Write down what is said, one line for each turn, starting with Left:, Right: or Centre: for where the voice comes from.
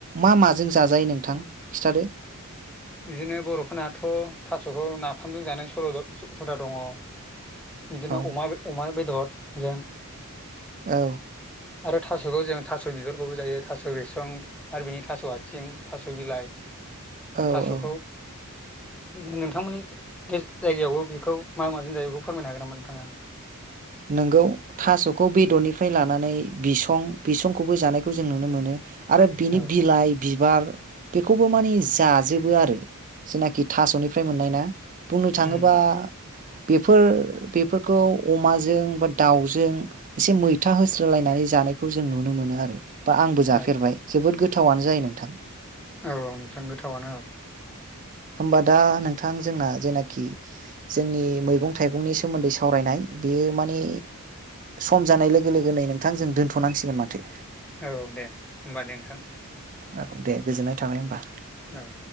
Right: मा माजों जाजायो नों नोंथां खिथादो।
Centre: बिदिनो बर'फोरनाथ' थास'खौ नाफामजों जानाय बर' द' हुदा दङ। बिदिनो
Right: औ
Centre: अमा बे अमा बेदर जों।
Right: औ।
Centre: आरो थास'खौ जों थास' बिबारखौबो जायो थास' बिसं आरो बिनि थास' आथिं थास' बिलाइ
Right: औ
Centre: थास'खौ
Right: औ
Centre: नोंथांमोननि जायगायावबो बेखौ मा माजों जायो बेखौ फोरमायनो हागोन नामा नोंथाङा?
Right: नोंगौ थास'खौ बेदरनिफ्राय लानानै बिसं बिसंखौबो जानायखौ जों नुनो मोनो। आरो बिनि
Centre: औ
Right: बिलाइ बि बार बेखौबो माने जाजोबो आरो जेनाखि थास'निफ्राय मोननाय ना। बुंनो थाङोबा
Centre: उम
Right: बेफोर-बेफोरखौ अमाजो जों बा दावजों एसे मैथा होस्रोलायनानै जानायखौ जों नुनो मोनो आरो। बा आंबो जाफेरबाय
Centre: औ
Right: जोबोद गोथ गोथावआनो जायो नोंथां।
Centre: औ औ नोंथां गोथावानो औ।
Right: होमबा दा नोंथां जोंना जेनाखि जोंनि मैगं थाइगंनि सोमोन्दै सावरायनाय बेयो माने सम जानाय लोगो लोगोनै नोंथां जों दोनथ'नांसिगोन माथो।
Centre: औ दे होमबा दे नोंथां।
Right: औ दे गोजोननाय थाबाय होमबा।
Centre: औ।